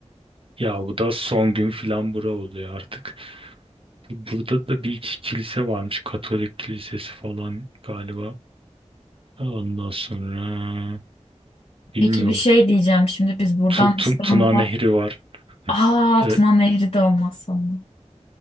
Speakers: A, on the right; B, on the left.
A: ya bu da son gün filan bura oluyor artık. Burada da bir iki kilise varmış. Katolik kilisesi falan galiba. Ondan sonra bilmiyorum.
B: Peki bir şey diyeceğim. Şimdi biz buradan
A: Tu, Tu-
B: İstanbul'a.
A: Tuna Nehri var.
B: Aa
A: Evet.
B: Tuna Nehri de olmazsa olmaz.